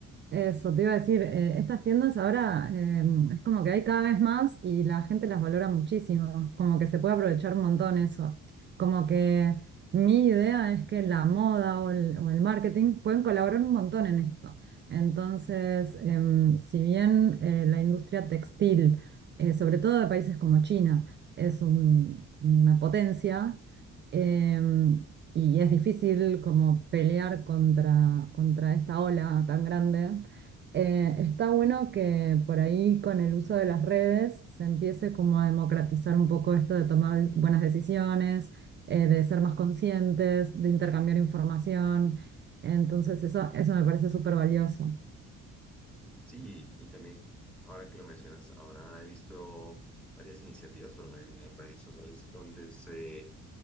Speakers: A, on the right; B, in the centre.
A: Eso, te iba a decir, eh, estas tiendas ahora eh, es como que hay cada vez más y la gente las valora muchísimo, como que se puede aprovechar un montón eso. Como que mi idea es que la moda o el, o el marketing pueden colaborar un montón en esto. Entonces, em, si bien eh, la industria textil, eh, sobre todo de países como China, es un- una potencia, em, y es difícil como pelear contra, contra esta ola tan grande. Eh, está bueno que por ahí con el uso de las redes se empiece como a democratizar un poco esto de tomar buenas decisiones, eh, de ser más conscientes, de intercambiar información. Entonces eso, eso me parece súper valioso.
B: Sí, y también ahora que lo mencionas, ahora he visto varias iniciativas por medio de redes sociales donde se